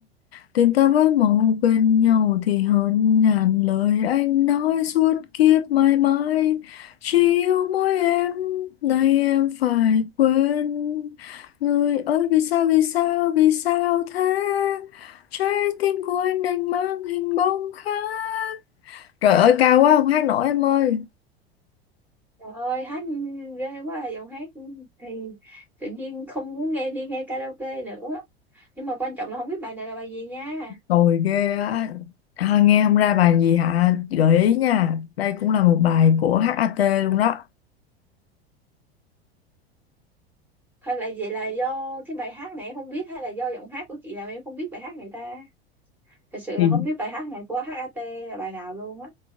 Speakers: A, on the left; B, in the centre.
A: Tình ta với mong quên nhau thì hơn ngàn lời anh nói suốt kiếp mãi mãi Chỉ yêu mỗi em, nay em phải quên Người ơi vì sao, vì sao, vì sao thế Trái tim của anh đành mang hình bóng khác Trời ơi cao quá không hát nổi em ơi
B: trời ơi hát ghê quá à, giọng hát thì tự nhiên không muốn nghe đi nghe karaoke nữa nhưng mà quan trọng là không biết bài này là bài gì nha
A: Tồi ghê á ha, nghe không ra bài gì hả Chị gợi ý nha đây cũng là một bài của HAT luôn đó
B: hay là vậy là do cái bài hát này em không biết hay là do giọng hát của chị làm em không biết bài hát này ta thật sự
A: thì
B: là không biết bài hát này của HAT là bài nào luôn á